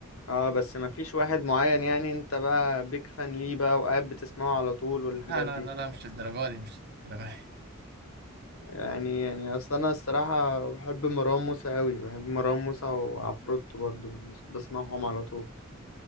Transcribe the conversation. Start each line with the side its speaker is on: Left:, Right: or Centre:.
Left: اه بس ما فيش واحد معين يعني انت بقى بيك فان ليه بقى وقاعد بتسمعه على طول والحاجات
Right: لا لا
Left: دي
Right: لا لا مش للدرجة دي مش للدرجة دي
Left: يعني يعني اصلا انا الصراحة بحب مروان موسى قوي بحب مروان موسى وعفروتو برضه بس- بسمعهم على طول